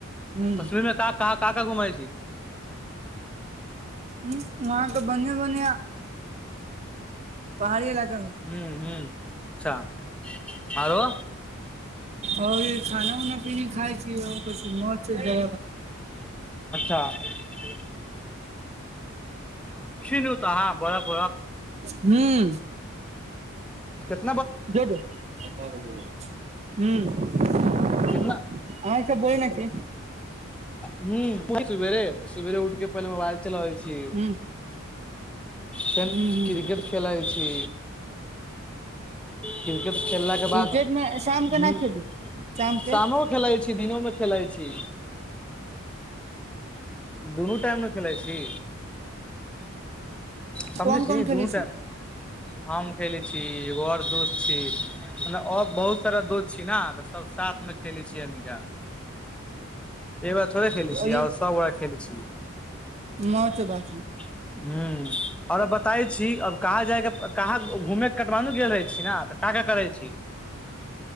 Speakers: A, on the right; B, in the centre.
A: हूं
B: कश्मीरमे त का का घूमै छी
A: हुँ वहाँके बढ़िआ बढ़िआ पहाड़ी इलाका मे
B: हुँ हुँ अच्छा आरो
A: आओर खाना उऊना पीनी खाय छीय बस मौज छै
B: त ने ओतऽ अहाँ बरफ
A: हूं
B: त
A: ज द हुं <inaudible> अहिं ई
B: कितना
A: सब बोलै नै छी
B: हूं एजेंट सुबेरे, सुबेरे उठि के पहिले मोबाइल चलाबै छी
A: हूं
B: तखन
A: हूं हूं
B: क्रिकेट खेलाय छी क्रिकेट खेललाके
A: क्रिकेट
B: बाद ह
A: मे शाम के ना खेली शाम
B: शामो
A: के
B: खेलाइत छी दिनोमे खेलाइत छी दुनू टाइम मे खेलइ छी समझै
A: कोन
B: छी
A: कोन खेलै
B: दुनू टाइम हम खेले छी एगो आओर दोस्त छी मतलब आओर बहुत सारा दोस्त छी ने सब साथमे खेलै छियै अमिका एबार थोड़े खेलै
A: कहलियै
B: छीयै आउर सब गोरा खेलै छीयै
A: मत बाजु
B: हूं आओर बताय छी अब कहाँ जायके कहाँ घूमे के कटवानु गेल रहे ने तऽ का का करै छी